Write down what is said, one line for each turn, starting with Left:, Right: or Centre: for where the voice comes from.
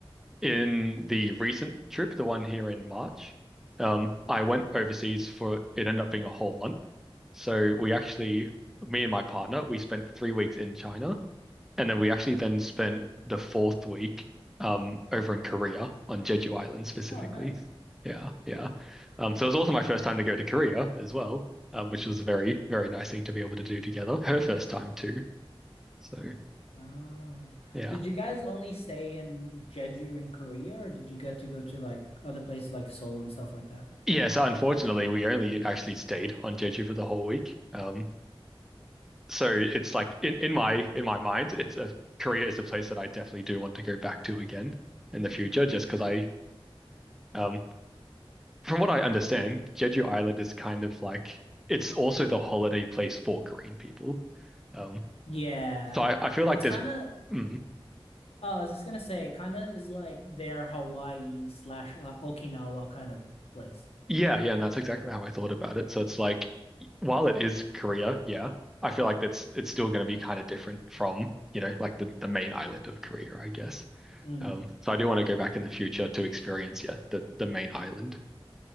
Centre: in the recent trip, the one here in March, um, I went overseas for it ended up being a whole month. So we actually, me and my partner, we spent three weeks in China And then we actually then spent the fourth week um over in Korea on Jeju Island specifically.
Left: Oh, nice.
Centre: Yeah, yeah. Um, so it was also my first time to go to Korea as well, um, which was a very, very nice thing to be able to do together. Her first time too. So
Left: Ah,
Centre: yeah.
Left: did you guys only stay in Jeju in Korea or did you get to go to like other places like Seoul and stuff like that?
Centre: Yeah, so unfortunately we only actually stayed on Jeju for the whole week. Um, so it's like in, in my in my mind, it's a Korea is a place that I definitely do want to go back to again in the future just because I um From what I understand, Jeju Island is kind of like it's also the holiday place for Korean people. Um,
Left: Yeah.
Centre: so I, I feel like
Left: It's
Centre: there's,
Left: kind of,
Centre: mm,
Left: uh, I was just gonna say, kind of is like their Hawaii slash uh, Okinawa kind of place.
Centre: yeah, yeah, and that's exactly how I thought about it. So it's like, while it is Korea, yeah, I feel like that's it's still going to be kind of different from, you know, like the, the main island of Korea, I guess.
Left: Mm,
Centre: Um, so I do want to go back in the future to experience, yeah, the the main island.